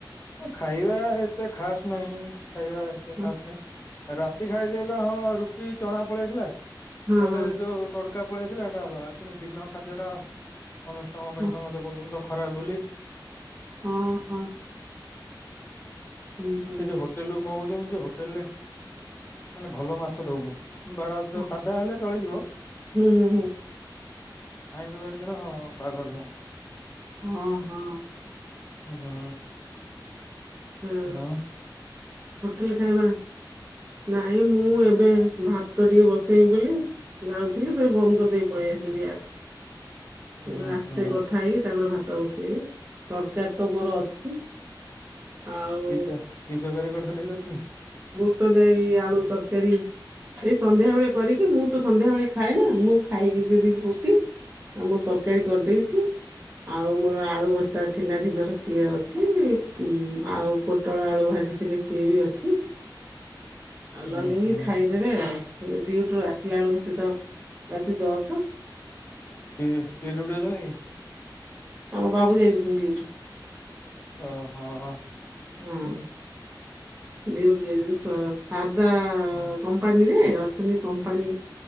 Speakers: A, on the left; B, on the right.
A: ଖାଇବା ଏତେ ଖାସ୍ ନାହିଁ ଖାଇବା ଏତେ
B: ହଁ
A: ଖାସ ନାହିଁ ରା ତି ଖାଇବା ଟା ହଁ ରୁଟି ଚଣା ପଳେଇଆସିଲା
B: ହଁ
A: ନହେଲେ
B: ହଁ
A: ଯୋଉଁ ତଡ଼କା ପଳେଇ ଆସିଲା ଏଟା ଅଲଗା କିନ୍ତୁ ଦିନ ଖାଦ୍ୟଟା ସମସ୍ତଙ୍କ ପାଇଁ
B: ହଁ
A: ସମସ୍ତେ କହୁଛନ୍ତି ତ ଖରାପ୍ ବୋଲି।
B: ହଁ ହଁ। ହୁଁ ହୁଁ
A: ସେଇ ଯୋଉଁ କରୁଛି। ହୋଟେଲ୍ ମଗଉଛନ୍ତି ସେ ହୋଟେଲ ରେ ମାନେ ଭଲ ମାଛ ଦଉନାହିଁ। ମୋ ବାରଥିଲେ
B: ହଁ
A: ସାଧା ହେଲେ ଚଳିଯିବ।
B: ହୁଁ ହୁଁ ହୁଁ
A: ଆଇଁଷବାରି ଦିନ ହଁ ବାଗ ନୁହଁ।
B: ହଁ ହଁ।
A: ଉଁ ହୁଁ।
B: ଆଉ
A: ନାଁ ମଁ।
B: ହୋଟେଲ ଖାଇବା ନାଇଁ ମୁଁ ଏବେ ଭାତ ଟିକେ ବସେଇବି ବୋଲି। ଯାଉଥିଲି ଫରେ ବନ୍ଦ କରିଦେଇି ପଳେଇ ଆସିଲି ଗ୍ୟାସ୍।
A: <inaudible>
B: ମୁଁ କହିଲି ଆସେ
A: ହୁଁ
B: କଥା ହେଇକି ତାପରେ ଭାତ ବସେଇବି ତରକାରୀ ତ ମୋର ଅଛି। ଆଉ
A: କିତର କି ତରକାରୀ କରିଥିଲେ କି ଏଠିଁ।
B: ବୁଟ ଯାଇ ଆଳୁ ତରକାରୀ। ଏ ସନ୍ଧ୍ୟା ବେଳେ କରିକି ମୁଁ ତ ସନ୍ଧ୍ୟା ବେଳେ ଖାଏ ନାଁ ମୁଁ ଖାଇକି ଯିବି ରୁଟି। ଆଉ ମୁଁ ତରକାରୀ କରିଦେଇଛି। ଆଉ ମୋର ଆଳୁ ଭରତା ଥିଲା ଦିନର ସିଏ ଅଛି। ଯୋଉଁ ଆଉ ପୋଟଳ ଆଳୁ ଭାଜିଥିଲି ସିଏ ବି ଅଛି। ଆଉ
A: ହୁଁ
B: ଲଗେଇକି
A: ହୁଁ
B: ଖାଇବୁ ଦେବେ ଆଉ ଡିୁଟି ରୁ ଆସିଲା ବେଳକୁ ସିଏ ତ ରାତି ଦଶ।
A: କିର କିରୁଡି ନାଇଁ।
B: ଆମ ବାବୁ ଯାଇଛନ୍ତି ଡିଉଟି।
A: ଓ ହୋ ହୋ।
B: ହଁ। ଡିଉଟି ଯାଇଛନ୍ତି। ସ ସାରଦା କମ୍ପାନୀରେ ଅଛନ୍ତି କମ୍ପାନୀ